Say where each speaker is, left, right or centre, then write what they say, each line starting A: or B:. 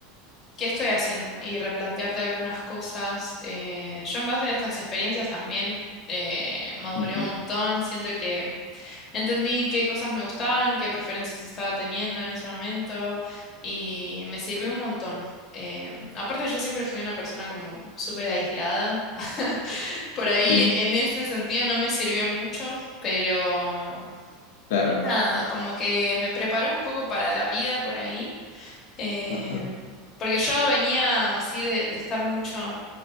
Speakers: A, on the left (about 20°); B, on the left (about 70°).
A: ¿qué estoy haciendo? Y replantearte algunas cosas. Eh, yo en base a estas experiencias también eh, maduré
B: Ujú.
A: un montón, siento que... Entendí qué cosas me gustaban, qué preferencias estaba teniendo en ese momento y me sirvió un montón. Em, aparte yo siempre fui una persona como súper aislada. <laughs> Por ahí
B: Sí,
A: en ese sentido no me sirvió mucho, pero
B: claro.
A: nada, como que me preparó un poco para la vida por ahí. em,
B: Ajá.
A: porque yo venía así de, de estar mucho